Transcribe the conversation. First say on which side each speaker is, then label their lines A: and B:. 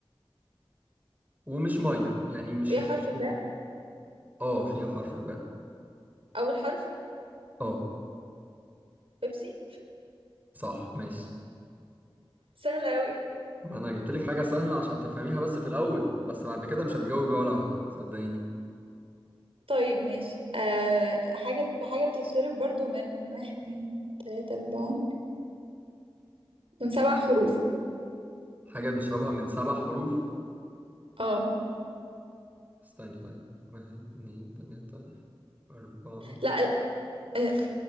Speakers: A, on the right; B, on the right.
A: ومش مية يعني مش
B: فيها
A: مش
B: حرف الباء
A: ال... اه فيها حرف الباء
B: أول حرف
A: اه
B: بيبسي
A: صح ماشي
B: سهلة أوي
A: ما انا جبت لك حاجة سهلة عشان تفهميها بس في الأول بس بعد كده مش هتجاوبي ولا واحدة صدقيني
B: طيب ماشي أه حاجة حاجة بتتشرب برضو من واحد اتنين تلاتة أربعة من سبع حروف
A: حاجة بنشربها من سبع حروف
B: اه
A: استني طيب واحد اتنين تلاتة أربعة
B: لا لا, آه،